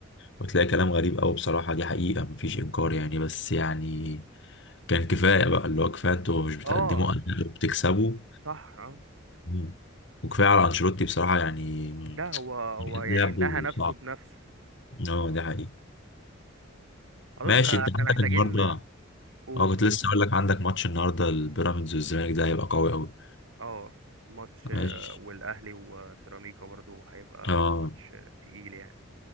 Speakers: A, on the left (about 60°); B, on the right (about 75°).
A: وتلاقي كلام غريب أوي بصراحة دي حقيقة مفيش إنكار يعني بس يعني كان كفاية بقى اللي هو كفاية انتوا مش بتقدموا
B: اه
A: أداء وبتكسبوا
B: صح اه
A: مم. وكفاية على أنشيلوتي بصراحة يعني
B: ده هو هو
A: لعبه
B: يعني نهى نفسه
A: صعب
B: بنفسه
A: اه
B: هو
A: ده حقيقي
B: خلاص
A: ماشي
B: ده
A: انت
B: احنا
A: عندك
B: محتاجين
A: النهاردة
B: قول
A: اه كنت لسه أقول لك عندك ماتش النهاردة البيراميدز والزمالك ده هيبقى قوي أوي
B: اه ماتش آه،
A: ماشي
B: والاهلي وسيراميكا برضو هيبقى
A: اه
B: ماتش آه، تقيل يعني